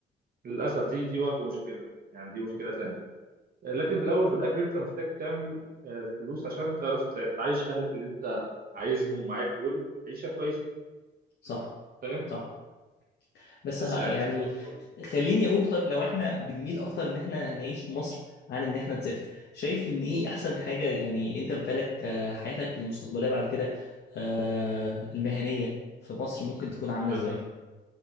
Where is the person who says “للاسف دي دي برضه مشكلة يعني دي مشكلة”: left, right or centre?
Right